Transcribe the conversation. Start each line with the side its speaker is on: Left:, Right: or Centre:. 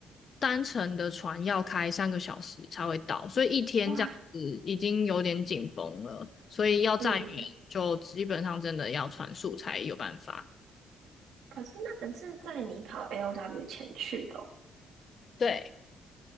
Left: 单程的船要开三个小时才会到，所以一天这样子已经有点紧绷了，
Right: 哇，
Left: 所以要再远就基本上真的要船速才有办法。
Right: 嗯，可是那个是在你考 L O w 前去的哦
Left: 对。